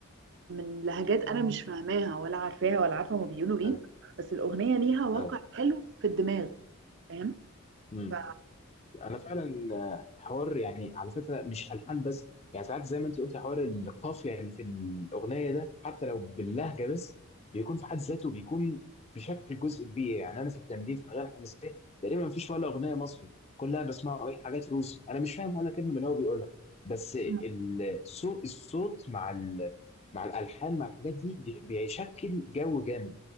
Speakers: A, on the right; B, on the left.
A: من لهجات انا مش فاهماها ولا عارفاها ولا عارفه هما بيقولوا ايه
B: ايوه
A: بس الاغنيه ليها وقع
B: ايوه
A: حلو في الدماغ فاهم
B: مم.
A: ف
B: انا فعلا آه، حوار يعني على فكره مش الحان بس يعني ساعات زي ما انت قلت حوار القافيه اللي في الاغنيه ده حتى لو باللهجه بس بيكون في حد ذاته بيكون بشكل جزء كبير يعني انا في التمرين في الاغاني الحماسيه تقريبا مفيش ولا اغنيه مصري كلها بسمعه اي حاجات روسي انا مش فاهم ولا كلمه من اللي هو بيقولها بس
A: مم.
B: الصوت الصوت مع ال... مع الالحان مع الحاجات دي بي- بيشكل جو جامد